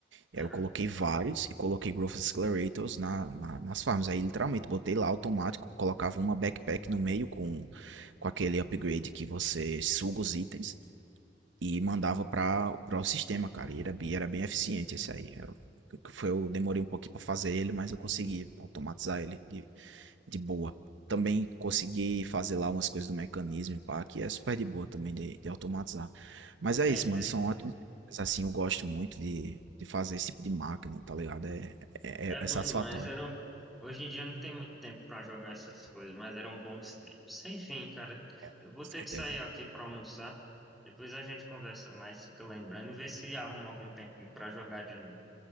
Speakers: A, on the right; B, in the centre.
A: E
B: Aham.
A: aí eu coloquei vários e coloquei Growth Accelerators na, na- nas farms. Aí literalmente botei lá automático, colocava uma backpack no meio com, com aquele upgrade que você suga os itens e mandava para o sistema, cara. E era, bem- era bem eficiente esse aí. Eu, foi, eu demorei um pouquinho para fazer ele, mas eu consegui automatizar ele de boa. Também consegui fazer lá umas coisas do mecanismo, e pá, que é super de boa também de, de automatizar. Mas
B: Entendi.
A: é isso, mano, são ótimos. Mas, Assim, eu gosto muito de, de fazer esse tipo de máquina, tá ligado? É, é,
B: É
A: é
B: bom
A: satisfatório,
B: demais. Eram... Hoje em dia não tem muito tempo pra jogar essas coisas, mas eram bons tempos. Enfim, cara,
A: com
B: eu vou
A: certeza.
B: ter que sair aqui pra almoçar. Depois a gente conversa mais, fica lembrando, vê se arruma algum tempinho pra jogar de novo.